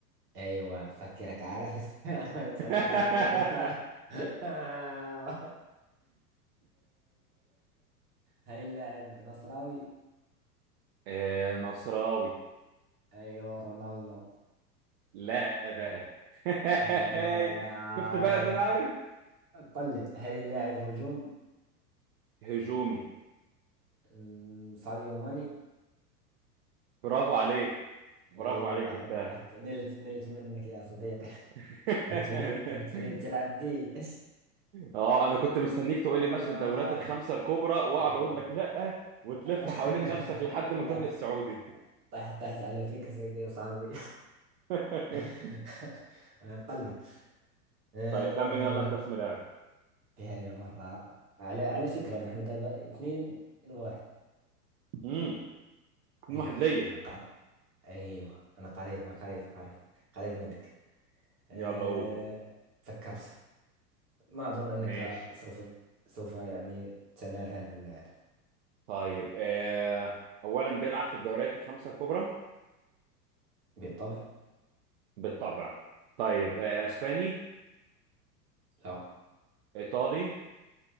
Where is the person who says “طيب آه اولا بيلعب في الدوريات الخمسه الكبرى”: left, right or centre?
Right